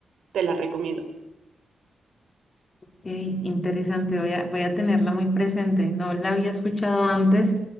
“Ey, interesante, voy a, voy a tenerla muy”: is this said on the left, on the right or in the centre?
Left